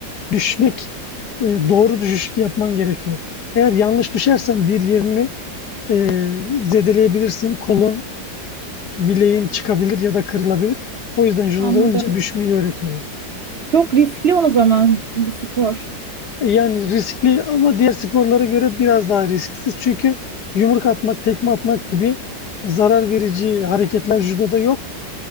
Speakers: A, on the left (about 65°); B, on the right (about 50°).
A: düşmek, e, doğru düşüş yapman gerekiyor. Eğer yanlış düşersen bir yerini e, zedeleyebilirsin. Kolun, bileğin çıkabilir ya da kırılabilir. O yüzden judoda
B: Anladım.
A: önce düşmeyi öğretiyorlar.
B: Çok riskli o zaman bir spor.
A: Yani riskli ama diğer sporlara göre biraz daha risksiz. Çünkü yumruk atmak, tekme atmak gibi zarar verici hareketler judoda yok.